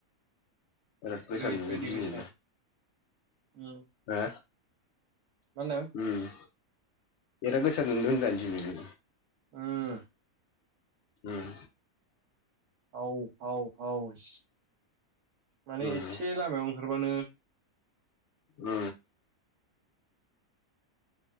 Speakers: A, on the left; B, on the right.
A: बिराद गोसा
B: ओरैबायदि
A: दुंदों दिनै
B: गोसा उम
A: हो
B: मा होनदों
A: उम बिराद गोसा दुंदों होनदां दिनैबो
B: उम
A: उम
B: हाव हाव हाव सि‌ माने
A: उम
B: एसे लामायाव ओंखारबानो
A: उम